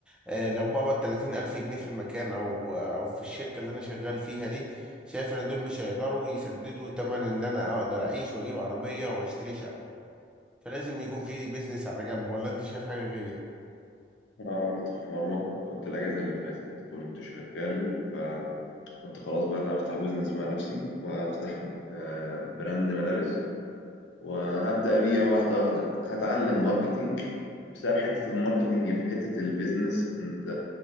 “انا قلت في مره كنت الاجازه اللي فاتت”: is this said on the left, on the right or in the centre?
Left